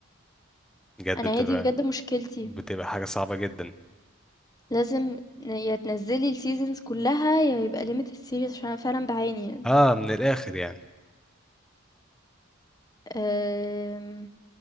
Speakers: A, in the centre; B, on the left.
A: بجد
B: انا
A: بتبقى
B: هي دي بجد مشكلتي
A: بتبقى حاجه صعبه جدا
B: لازم ن- يا تنزلي السيزونز كلها يا يبقى ليميت السيريز عشان انا فعلا بعاني
A: اه من الاخر يعني
B: أم...